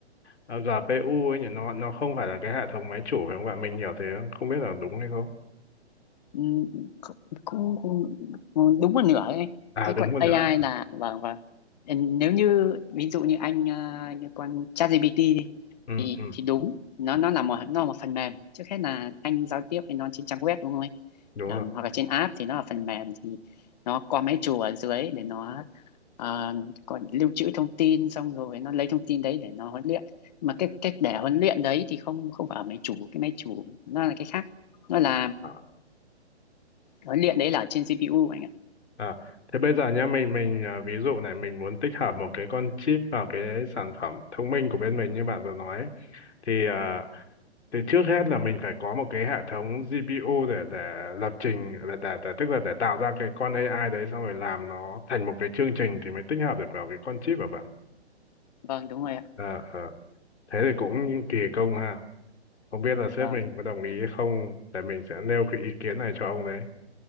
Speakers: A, on the left (about 75°); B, on the left (about 35°).
A: ờ, GPU ấy nhỉ nó nó không phải là cái hệ thống máy chủ phải không bạn mình hiểu thế không biết là đúng hay không
B: Ừ, cũng, cũng, đúng một nửa đấy
A: à
B: cái
A: đúng
B: quận
A: một
B: AI
A: nửa
B: là vâng vâng nếu như ví dụ như anh ờ, như con ChatGPT đi,
A: ừ
B: thì
A: ừ
B: thì đúng nó nó là một nó là một phần mềm trước hết là anh giao tiếp với nó trên trang web đúng không anh
A: đúng
B: Ờ, hoặc là trên app thì nó là phần mềm thì nó có máy chủ ở dưới để nó ờ, còn lưu trữ thông tin xong rồi nó lấy thông tin đấy để nó huấn luyện mà cái cách để huấn luyện đấy thì không không phải ở máy chủ cái máy chủ nó là cái khác nó là
A: rồi
B: huấn luyện đấy là trên CPU anh ạ
A: À, thế bây giờ nhá mình mình à, ví dụ này mình muốn tích hợp một cái con chip vào cái sản phẩm thông minh của bên mình như bạn vừa nói ấy. thì à, thì trước hết là mình phải có một cái hệ thống GPU để để lập trình để, để, để tức là để tạo ra cái con AI đấy xong rồi làm nó thành một cái chương trình thì mới tích hợp được vào cái con chip của bạn
B: vâng đúng rồi ạ
A: à, thế thì cũng kỳ công ha không biết là sếp
B: vâng
A: mình có đồng ý hay không để mình sẽ nêu cái ý kiến này cho ông đấy